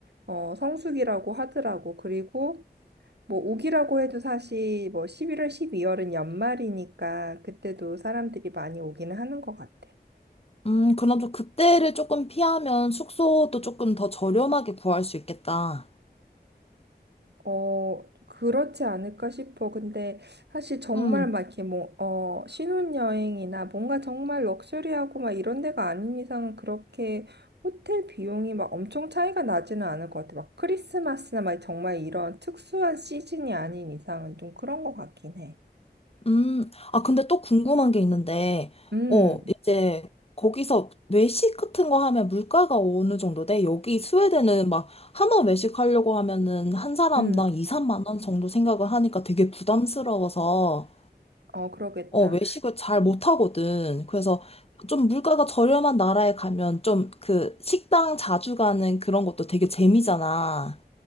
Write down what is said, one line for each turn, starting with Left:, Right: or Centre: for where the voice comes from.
Right: 어, 성수기라고 하더라고. 그리고 뭐 오기라고 해도 사실 뭐 11월, 12월은 연말이니까 그때도 사람들이 많이 오기는 하는 것 같아.
Left: 음, 그럼 좀 그때를 조금 피하면 숙소도 조금 더 저렴하게 구할 수 있겠다.
Right: 어, 그렇지 않을까 싶어. 근데 사실 정말
Left: 음,
Right: 막 이렇게 뭐, 어, 신혼여행이나 뭔가 정말 럭셔리하고 막 이런 데가 아닌 이상은 그렇게 호텔 비용이 막 엄청 차이가 나지는 않을 것 같아. 막 크리스마스나 막 정말 이런 특수한 시즌이 아닌 이상은 좀 그런 것 같긴 해.
Left: 음, 아, 근데 또 궁금한 게 있는데,
Right: 음,
Left: 어, 이제 거기서 외식 같은 거 하면 물가가 어느 정도 돼? 여기 스웨덴은 막 한번 외식하려고 하면은 한 사람당
Right: 음,
Left: 2, 3만 원 정도 생각을 하니까 되게 부담스러워서,
Right: 어, 그러겠다.
Left: 어, 외식을 잘 못하거든. 그래서 좀 물가가 저렴한 나라에 가면 좀 그 식당 자주 가는 그런 것도 되게 재미잖아.